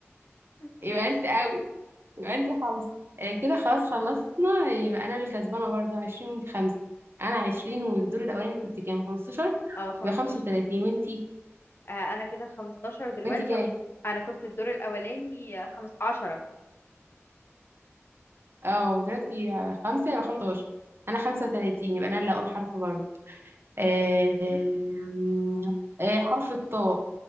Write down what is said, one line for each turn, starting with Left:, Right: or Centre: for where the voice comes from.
Left: ماشي
Right: يبقى انت اوت يبقى انت خمسة آه، كده خلاص خلصنا يبقى انا اللي كسبانة برضو عشرين وانت خمسة انا عشرين والدور الاولاني كنت كام خمستاشر
Left: اه 15
Right: يبقى خمسة وتلاتين وانتي
Left: آه، انا كده 15 دلوقتي
Right: وانتي كام
Left: انا كنت الدور الاولاني آه، خمس 10
Right: اه دلوقتي آه، خمسة يبقى خمستاشر انا خمسة وتلاتين يبقى انا اللي اقول حرف برضو آه،
Left: ماشي
Right: آم، آه، حرف الطاء